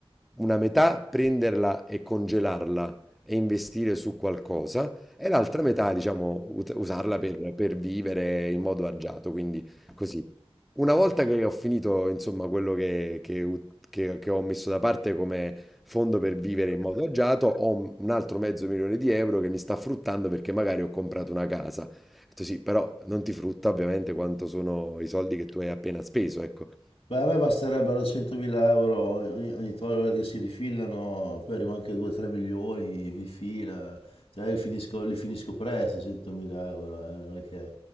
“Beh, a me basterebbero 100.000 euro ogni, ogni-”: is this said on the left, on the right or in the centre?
Left